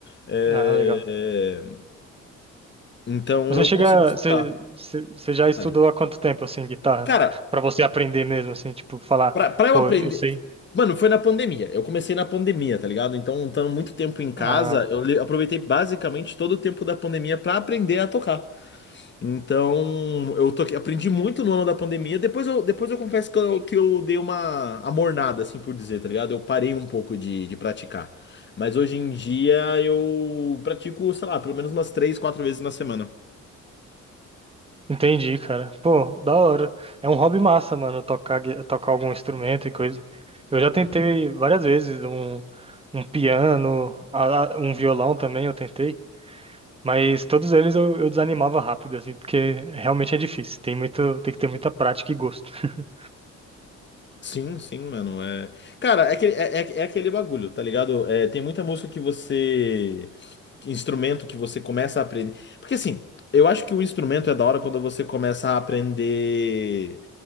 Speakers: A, on the left; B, on the right.
A: É,
B: <laughs> Ah, legal.
A: é, então
B: Você
A: eu
B: chega,
A: consigo estudar.
B: você, você você já estudou
A: Vale.
B: há quanto tempo assim guitarra?
A: Cara,
B: Pra você aprender mesmo assim, tipo falar,
A: Pra, pra eu
B: pô,
A: aprender.
B: eu sei.
A: Mano, foi na pandemia. Eu comecei na pandemia, tá ligado? Então, estando muito tempo em casa,
B: Ah,
A: eu le- aproveitei basicamente todo o tempo da pandemia pra aprender a tocar. Então, eu toquei, aprendi muito no ano da pandemia. Depois eu, depois eu confesso que eu, que eu dei uma amornada, assim por dizer, tá ligado? Eu parei um pouco de, de praticar. Mas hoje em dia eu pratico, sei lá, pelo menos umas três, quatro vezes na semana.
B: entendi, cara. Pô, da hora. É um hobby massa, mano, tocar gui- tocar algum instrumento e coisa. Eu já tentei várias vezes um um piano, a- a- um violão também eu tentei. Mas todos eles eu, eu desanimava rápido, assim, porque realmente é difícil. Tem muito, tem que ter muita prática e gosto. <laughs>
A: Sim, sim, mano. É... Cara, é aquele, é, é- é aquele bagulho, tá ligado? É, tem muita música que você. que Instrumento que você começa a aprender. Porque assim, eu acho que o instrumento é da hora quando você começa a aprender.